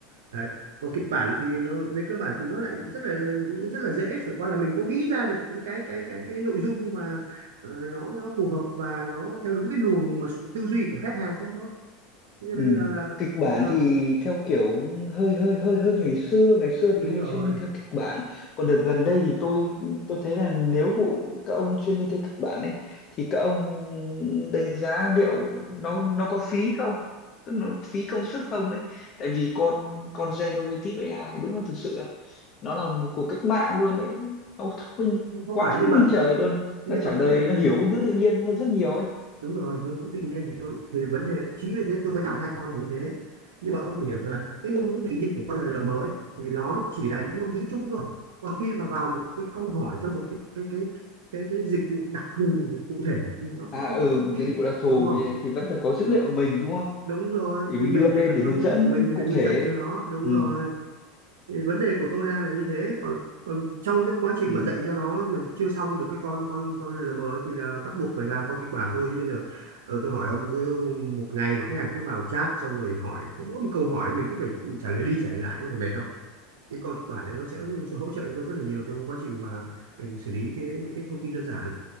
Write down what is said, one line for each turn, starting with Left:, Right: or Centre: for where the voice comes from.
Right: đấy. còn kịch bản thì nó về cơ bản thì nó lại rất là rất là dễ chẳng qua là mình có nghĩ ra được những cái cái cái cái nội dung mà ờ, nó nó phù hợp và nó theo đúng cái luồng mà tư duy của khách hàng không thôi Thế cho
Left: Ừ.
Right: nên là là
Left: Kịch bản
Right: ờ,
Left: thì theo kiểu hơi hơi hơi hơi ngày xưa ngày xưa
Right: đúng
Left: thì hay
Right: rồi
Left: chuyên đi theo kịch bản còn đợt gần đây thì tôi tôi thấy là nếu vụ các ông chuyên đi theo kịch bản ấy thì các ông đánh giá liệu nó nó có phí không tức là nó phí công sức không ấy tại vì con con generative AI đúng là thực sự là nó là một cuộc cách mạng luôn ấy nó thông minh
Right: không không
Left: quá
Right: phải
Left: thông
Right: nhưng mà
Left: minh trời luôn
Right: nhưng
Left: nó trả
Right: mà vấn
Left: lời
Right: đề là
Left: nó hiểu ngôn ngữ tự nhiên hơn rất nhiều ấy
Right: đúng rồi ngôn ngữ tự nhiên thì tôi thì vấn đề chính vì thế tôi mới làm hai con là như thế nhưng mà ông phải hiểu rằng là cái ngôn ngữ tự nhiên của con LLM mới thì nó chỉ là những ngôn ngữ chung thôi còn khi mà vào một cái câu hỏi trong một cái cái cái cái, cái dịch vụ đặc thù cụ thể thì nó sẽ
Left: à
Right: không
Left: ừ
Right: có thông
Left: một
Right: tin
Left: cái vụ đặc thù
Right: đúng không
Left: thì thì vẫn phải có dữ liệu của mình đúng không
Right: đúng rồi
Left: để
Right: thì
Left: mình
Right: mình
Left: đưa lên
Right: phải cần
Left: để
Right: có
Left: hướng
Right: dữ
Left: dẫn
Right: liệu của mình thì mình
Left: cụ
Right: mới
Left: thể
Right: dạy cho nó đúng
Left: ừ
Right: rồi thì vấn đề của tôi đang là như thế còn, còn trong cái quá trình
Left: ừ
Right: mà dạy cho nó mà chưa xong được cái con con con LLM ấy thì là bắt buộc phải làm con kịch bản thôi như bây giờ ờ, tôi hỏi ông cứ một ngày mà khách hàng cứ vào chat xong rồi hỏi có mỗi một câu hỏi mình cứ phải trả lời đi trả lời lại có phải mệt không cái con kịch bản đấy nó sẽ, sẽ hỗ trợ cho tôi rất là nhiều trong quá trình mà mình xử lý cái những cái thông tin đơn giản